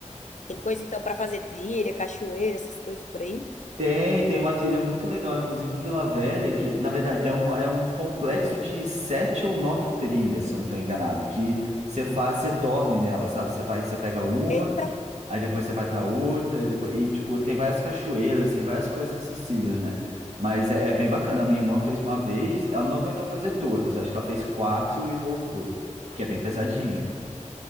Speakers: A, on the left (about 75°); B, on the right (about 65°).
A: Tem coisa então pra fazer trilha, cachoeira, essas coisas por aí.
B: Tem, tem uma trilha muito legal, inclusive em Vila Velha, que na verdade é, uma, é um complexo de sete ou nove trilhas, se eu não estou enganado, que você faz, você dorme nela, sabe? Você vai, você pega uma.
A: Eita,
B: aí depois você vai pra outra, e, depois... e tipo, tem várias cachoeiras, tem várias coisas acessíveis, né? Mas é, é bem bacana. A minha irmã fez uma vez, ela não aguentou fazer todas, acho que ela fez quatro e voltou, porque é bem pesadinha.